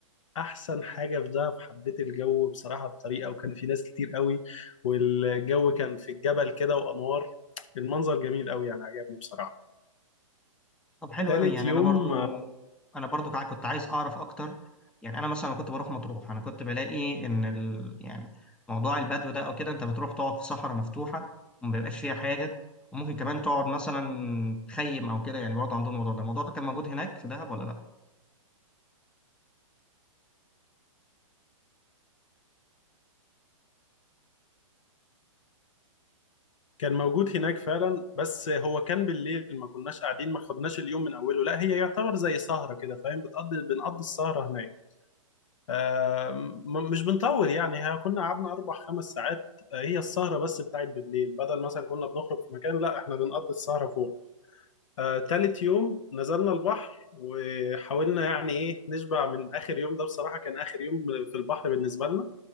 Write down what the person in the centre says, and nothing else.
طب حلو
قوي يعني
انا برضو
انا برضو كع- كنت عايز اعرف اكتر يعني انا مثلا كنت بروح مطروح انا كنت بلاقي ان ال... يعني موضوع البدو ده او كده انت بتروح تقعد في صحراء مفتوحه وما بيبقاش فيها حاجه وممكن كمان تقعد مثلا تخيم او كده يعني برضه عندهم الموضوع ده الموضوع ده كان موجود هناك في دهب ولا لا